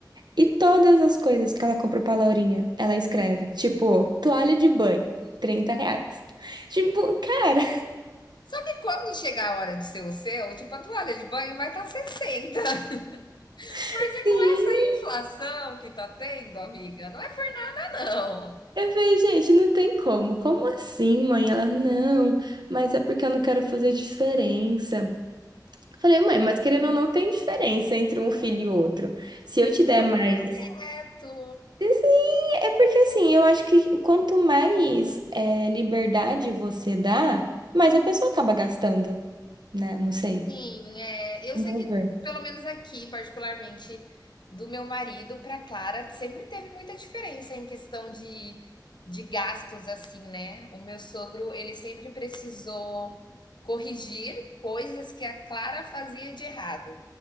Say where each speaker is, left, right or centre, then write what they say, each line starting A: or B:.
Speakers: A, on the right (about 70°); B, on the left (about 80°).
A: E todas as coisas que ela compra pra Laurinha, ela escreve, tipo, toalha de banho, 30 reais. Tipo, cara,
B: Só que quando chegar a hora de ser o seu, tipo, a toalha de banho vai estar tá 60. <laughs>
A: <laughs>
B: Porque
A: Sim,
B: com essa inflação que tá tendo, amiga, não é por nada, não.
A: Eu falei, gente, não tem como. Como assim, mãe? Ela, não, mas é porque eu não quero fazer diferença. Eu Falei, mãe, mas querendo ou não, tem diferença entre um filho e outro. Se eu te der
B: É o
A: mais.
B: primeiro neto,
A: Assim, É porque assim, eu acho que quanto mais é, liberdade você dá, mais a pessoa acaba gastando, né? Não sei.
B: Sim, é, eu
A: Vamos
B: sei que,
A: ver.
B: pelo menos aqui, particularmente do meu marido para Clara, sempre teve muita diferença em questão de, de gastos, assim, né? O meu sogro, ele sempre precisou corrigir coisas que a Clara fazia de errado